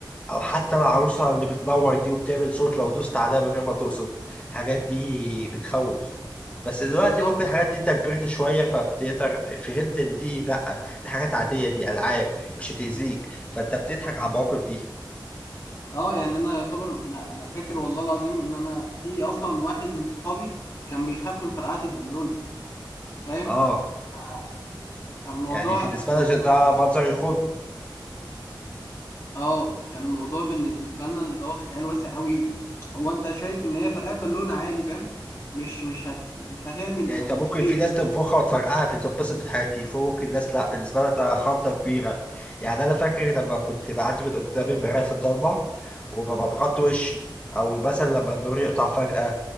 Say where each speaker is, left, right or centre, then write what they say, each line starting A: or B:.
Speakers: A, on the left; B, on the left.
A: او حتى العروسه اللي بتنور دي وبتعمل صوت لو دوست عليها من غير ما تقصد الحاجات دي بتخوف بس دلوقتي
B: بالظبط
A: ممكن الحاجات دي انت كبرت شويه فبتقدر فهمت ان دي لا دي حاجات عاديه دي العاب مش هتاذيك فانت بتضحك على المواقف دي
B: اه يعني انا يعتبر انا انا فاكر والله العظيم ان انا في اصلا واحد من صحابي كان بيخاف من فرقعات البالونه فاهم
A: اه
B: آه. فالموضوع
A: يعني بالنسبه
B: الموضوع
A: لنا ده منظر يخض
B: اه يعني الموضوع بالنسبه لنا اللي هو خيال واسع قوي هو انت شايف ان هي فرقعات بالونه عادي فاهم مش مش هت مش هتعمل
A: يعني
B: او
A: انت ممكن
B: مش هتأذي
A: في ناس تنفخها وتفرقعها بتتبسط من حياتي في ممكن ناس لا بالنسبه لها ده خضه كبيره يعني انا فاكر لما كنت بعدي من قدام المرايه في الضلمه وببقى مغطي وشي او مثلا لما النور يقطع فجاه